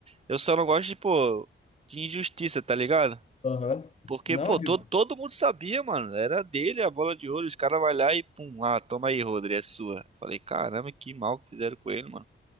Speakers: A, on the right; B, on the left.
A: Eu só não gosto de, pô, de injustiça, tá ligado?
B: Aham.
A: Porque,
B: Não,
A: pô,
B: de-
A: todo, todo mundo sabia, mano. Era dele a bola de ouro. Os caras vai lá e pum, ah, toma aí, Rodri, é sua. Falei, caramba, que mal que fizeram com ele, mano.